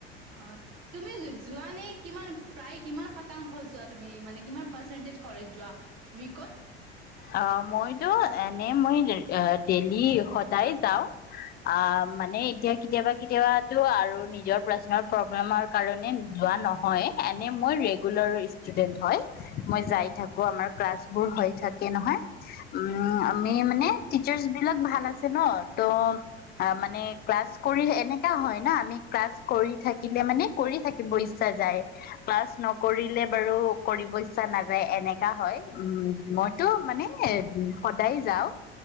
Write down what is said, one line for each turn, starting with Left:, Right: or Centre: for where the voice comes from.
Right: অ, তুমি যোৱা নে কিমান, প্ৰায় কিমান শতাংশ যোৱা। তুমি মানে কিমান পাৰ্চেন্টেজ কলেজ যোৱা উইকত?
Left: অ, মইতো এনে মই দেলি, সদায় যাওঁ। অ, মানে এতিয়া কেতিয়াবা- কেতিয়াবাতো আৰু নিজৰ প্ৰাৰ্চনেল প্ৰব্লেমৰ কাৰণে যোৱা নহয়। এনে মই ৰেগুলাৰ ষ্টুডেন্ট হয়। মই যাই থাকো। আমাৰ ক্লাছ বোৰ হৈ থাকে নহয়। উম, আমি মানে টিচাৰ্চ বিলাক ভাল আছে ন। তো অ, মানে ক্লাছ কৰি এনেকা হয় ন। আমি ক্লাছ কৰি থাকিলে মানে কৰি থাকিব ইচ্ছা যায়। ক্লাছ নকৰিলে বাৰু কৰিব ইচ্ছা নাযায়। এনেকা হয়। উম, মই টো মানে সদায় যাওঁ।